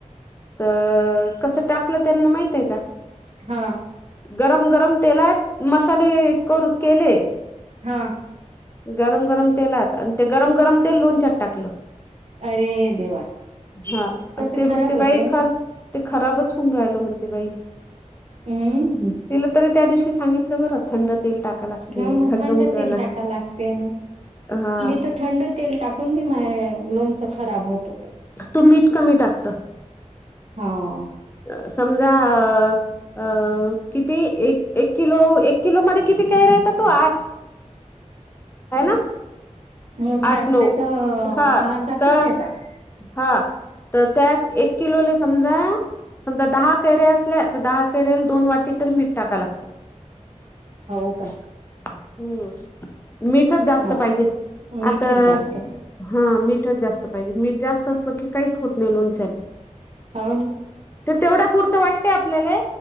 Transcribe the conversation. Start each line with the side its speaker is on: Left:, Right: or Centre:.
Left: तर कसं टाकलं त्यांना माहितय का
Right: हा
Left: गरम गरम तेलात मसाले करु केले
Right: हा
Left: गरम गरम तेलात आणि ते गरम गरम तेल लोणच्यात टाकलं
Right: अरे देवा
Left: हा आणि
Right: तसं
Left: ते
Right: खराब
Left: म्हणते बाई
Right: होते ना
Left: खर ते खराबच होऊन राहिल म्हणते बाई
Right: हम्म
Left: तिला तरी त्या दिवशी सांगितलं बरं थंड तेल टाका लागते
Right: हो ना थंड
Left: होऊ द्या
Right: तेल
Left: लाग
Right: टाका लागते ना
Left: हा
Right: मी तर थंड तेल टाकतो कणी माये लोनच खराब होत
Left: तू मीठ कमी टाकत
Right: हाव
Left: अ समजा अ अ किती एक एक किलो एक किलो मध्ये किती कैऱ्या येतात ओ आठ आहे ना
Right: मोठ्या
Left: आठ
Right: असल्या
Left: नऊ
Right: तर
Left: हा
Right: अ सहा सातच
Left: तर
Right: येतात
Left: हा तर त्या एक किलो समजा समजा दहा केैरे असल्या तर दहा केैर्याला दोन वाटी तरी मीठ टाका लागते
Right: हो काय
Left: हम्म मिठच जास्त
Right: बाप
Left: पाहिजे
Right: मीठच
Left: आता
Right: जास्त
Left: हा मीठच जास्त पाहिजे मीठ जास्त असलं की काहीच होत नाही लोनच्याले
Right: होन
Left: ते तेवढा पुूरत वाटते आपल्याला